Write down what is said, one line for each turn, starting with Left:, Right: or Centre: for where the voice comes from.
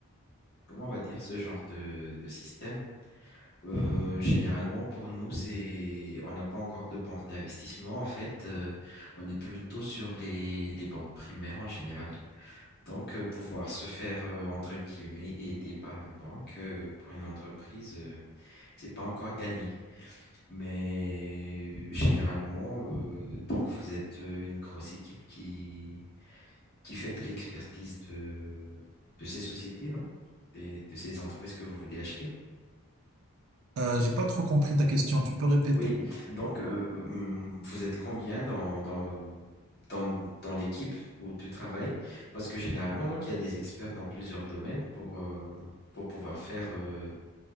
Left: comment on va dire, ce genre de, de système. Euh, généralement, pour nous, c'est, on n'a pas encore de banque d'investissement. En fait, euh, on est plutôt sur les, les banques primaires en général. Donc, euh, pouvoir se faire, euh, entre guillemets, aider par une banque, euh, pour une entreprise, euh, c'est pas encore gagné. Mais euh, généralement, euh, tant que vous êtes euh, une grosse équipe qui, qui fait de l'expertise de, de ces sociétés, non? Des- de ces entreprises que vous voulez acheter.
Right: Euh, j'ai pas trop compris ta question. Tu peux répéter?
Left: Oui, donc euh, hum, vous êtes combien dans, dans, dans, dans l'équipe où tu travailles? Parce que généralement, donc, il y a des experts dans plusieurs domaines pour, euh, pour pouvoir faire, euh,